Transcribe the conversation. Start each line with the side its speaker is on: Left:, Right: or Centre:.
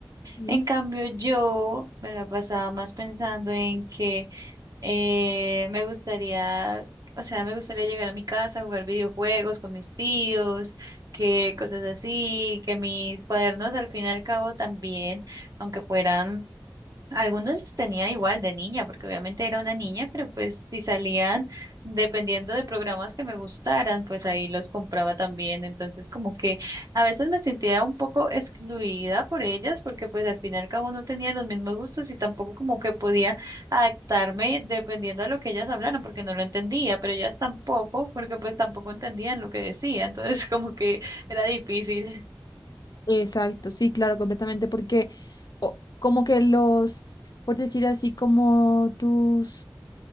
Left: Sí.
Right: En cambio, yo me la pasaba más pensando en que eh, me gustaría, o sea, me gustaría llegar a mi casa, jugar videojuegos con mis tíos, que cosas así, que mis cuadernos al fin y al cabo también, aunque fueran algunos los tenía igual de niña, porque obviamente era una niña, pero pues si salían, dependiendo de programas que me gustaran, pues ahí los compraba también. Entonces como que a veces me sentía un poco excluida por ellas, porque pues al fin y al cabo no tenía los mismos gustos y tampoco como que podía adaptarme dependiendo a lo que ellas hablaran, porque no lo entendía, pero ellas tampoco, porque pues tampoco entendían lo que decía. Entonces <laughs> como que era difícil.
Left: Exacto, sí, claro, completamente, porque o- como que los, por decir así, como tus